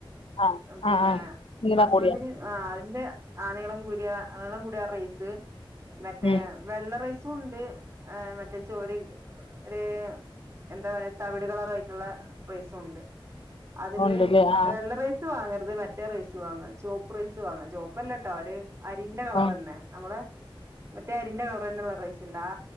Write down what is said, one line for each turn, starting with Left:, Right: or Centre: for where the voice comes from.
Left: ആ
Right: പിന്നെ
Left: ആ ആ നീളം
Right: ബസ്മതി
Left: കൂടിയ
Right: ആ അതിന്റെ ആ നീളം കൂടിയ നീളം കൂടിയ ആ റൈസ് മറ്റേ
Left: ഉം
Right: വെള്ള റൈസ് സുണ്ട് ആ മറ്റേ ചോറി ഒര് എന്താ പറയാ തവിട് കളറായിട്ടുള്ള റൈസും ഉണ്ട് അതില്
Left: ഉണ്ടല്ലേ ആ
Right: വെള്ളറൈസ് വാങ്ങ അത് മറ്റേ റൈസ് വാങ്ങ ചോപ്പ് റൈസ് വാങ്ങ ചോപ്പല്ലാട്ടോ അവര് അരിന്റെ കളറ്
Left: ആ
Right: തന്നെ നമ്മള് മറ്റേ അരിന്റെ കളർ തന്നുള്ള റൈസ്ണ്ട് ആ